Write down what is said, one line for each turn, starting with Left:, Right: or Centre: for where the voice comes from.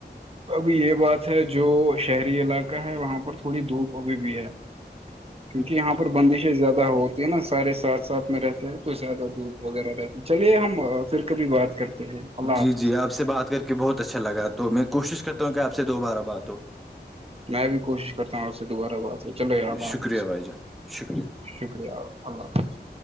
Right: ابھی یہ بات ہے جو شہری علاقہ ہے وہاں پر تھوڑی دھوپ ابھی بھی ہے
Centre: ہ <inaudible>
Right: کیونکہ یہاں پر بندشیں زیادہ ہو نا سارے ساتھ ساتھ میں رہتے ہیں تو زیادہ دور وغیرہ رہتے چلیے ہم پھر کبھی بات کرتے ہیں اللہ
Centre: جی
Right: حافظ
Centre: جی آپ سے بات کر کے بہت اچھا لگا تو میں کوشش کرتا ہوں کہ آپ سے دوبارہ بات ہو
Right: میں بھی کوشش کرتا ہوں آپ سے دوبارہ بات ہو چلو
Centre: جی
Right: اللہ
Centre: شکریہ
Right: حافظ
Centre: بھائی جان شکریہ
Right: شکریہ اللہ حافظ